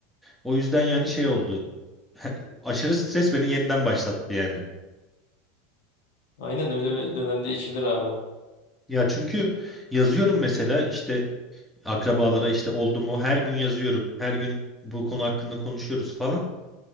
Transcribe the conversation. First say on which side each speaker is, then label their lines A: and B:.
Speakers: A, in the centre; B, on the left.
A: O yüzden yani şey oldu. He- Aşırı stres beni yeniden başlattı yani.
B: Aynen öyle bir dönemde içilir abi.
A: Ya çünkü yazıyorum mesela işte akrabalara işte oldu mu her gün yazıyorum. Her gün bu konu hakkında konuşuyoruz falan.